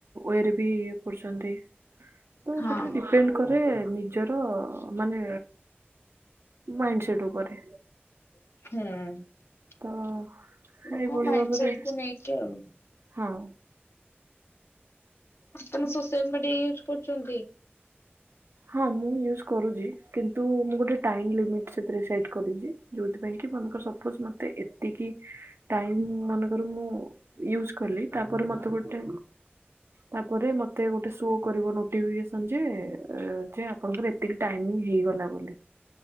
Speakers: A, on the right (about 75°); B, on the left (about 80°).
A: ୱେରେ ବି କରୁଚନ୍ତି। ତ
B: ହଁ
A: ସେଟା ଡିପେଣ୍ଡ କର କରେ ନିଜର ମାନେ ମାଇଣ୍ଡ ସେଟ ଉପରେ।
B: ହୁଁ।
A: ତ
B: ଲୋକ
A: ଏଇଭଳି
B: ମାଇଣ୍ଡ
A: ଭାବରେ,
B: ସେଟ କୁ ନେଇକି ଆଉ
A: ହଁ। <inaudible>
B: ଆପଣ ସୋସିଆଲ ମିଡିଆ ୟୁଜ କରୁଛନ୍ତି?
A: ହଁ ମୁଁ ୟୁଜ୍ କରୁଚି କିନ୍ତୁ ମୁଁ ଗୋଟେ ଟାଇମ୍ ଲିମିଟ୍ ସେଥିରେ ସେଟ୍ କରିଚି ଯଉଁଥିପାଇଁ କି ବ ତ ସପୋଜ ମତେ ଏତିକି ଟାଇମ ମନେକର ମୁଁ ୟୁଜ କଲି ତା ପରେ ମତେ ଗୋଟେ ତାପରେ ମତେ ଗୋଟେ ଶୋ କରିବ ନୋଟିଫିକେସନ ଯେ ଏ ଯେ ଆପଣଙ୍କର ଏତିକି ଟାଇମ ହେଇଗଲା ବୋଲି।